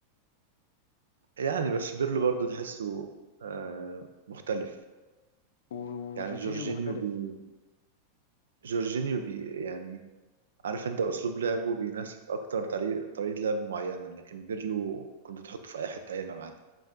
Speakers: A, on the right; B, on the left.
A: يعني بس بيرلو برضو تحسه آه مختلف
B: و-
A: يعني
B: وجورجينيو
A: جورجينيو
B: مختلف
A: بي... جورجينيو بي يعني عارف انت اسلوب لعبه بيناسب اكتر طريق- طريقه لعب معينه لكن بيرلو كنت تحطه في اي حته يلعب عادي